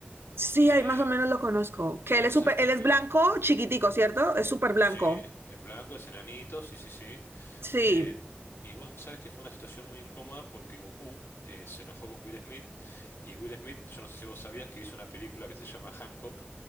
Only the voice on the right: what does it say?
sí,
ahí más o menos lo conozco. Que
él
es súper,
él
es blanco, chiquitico, ¿cierto? Es súper blanco.
Sí,